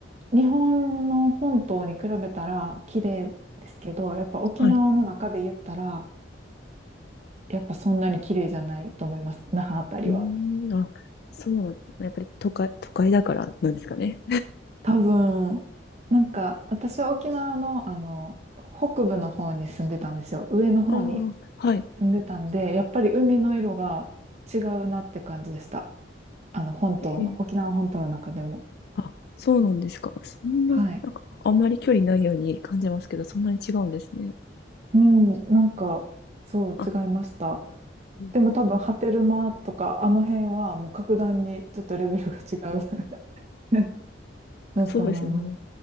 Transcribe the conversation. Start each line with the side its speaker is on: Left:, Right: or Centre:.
Right: う、日本の本島に比べたら綺麗ですけど、やっぱ沖縄の中で言ったら、
Left: はい。
Right: やっぱそんなに綺麗じゃないと思います。那覇あたりは。
Left: うーん、あ、そうなんですね。やっぱり都会、都会だからなんですかね。
Right: 多分、なんか私は沖縄のあの、北部の方に住んでたんですよ。上の方に
Left: ああ、はい。
Right: 住んでたんで、やっぱり海の色が違うなって感じでした。あの、本島の、
Left: ええ。
Right: 沖縄本島の中でも。
Left: あ、そうなんですか。そんな、
Right: はい。
Left: なんか、あんまり距離ないように感じますけど、そんなに違うんですね。
Right: うん、なんか、そう、
Left: あ、
Right: 違いました。
Left: うん、
Right: でも多分、ハテルマとか、あの辺はもう格段にちょっとレベルが違う <laughs> だと思います。
Left: そうですね。